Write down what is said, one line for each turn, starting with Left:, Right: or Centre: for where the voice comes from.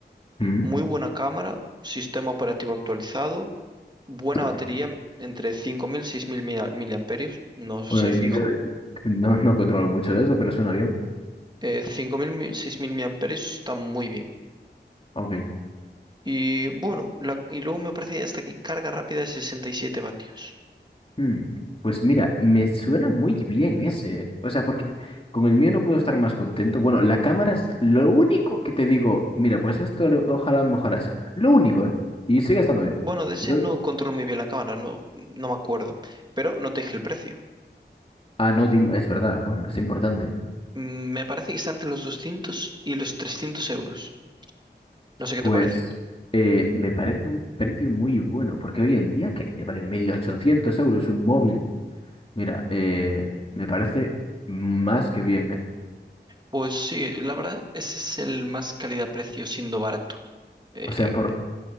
Left: Mm,
Right: Muy buena cámara, sistema operativo actualizado. buena
Left: Sí.
Right: batería, entre 5.000 y 6.000 mila- miliamperios, no sé
Left: Bueno, y
Right: fijo.
Left: yo no, no controlo mucho de eso, pero es un avión.
Right: Eh, cinco mil mi- 6.000 miliamperios está muy bien.
Left: Ok.
Right: Y bueno, la- y luego me parece hasta aquí carga rápida de 67 vatios.
Left: Hmm, Pues mira, me suena muy bien ese. O sea, porque con el mío no puedo estar más contento. Bueno, la cámara es lo único que te digo. Mira, pues esto lo- ojalá mejorase. Lo único, ¿eh? Y sigue estando bien.
Right: Bueno, de ese
Left: Entonces,
Right: no controlo muy bien la cámara, no, no me acuerdo, pero no te dije el precio.
Left: ah, no, dime, es verdad, bueno, es importante.
Right: Mm, Me parece que está entre los 200 y los 300 euros. No sé qué
Left: Pues
Right: te parece.
Left: eh, me parece un precio muy bueno, porque hoy en día que te vale 1.800 euros un móvil. Mira, eh, me parece más que bien, ¿eh?
Right: Pues sí, la verdad, ese es el más calidad-precio siendo barato. Eh,
Left: O sea, por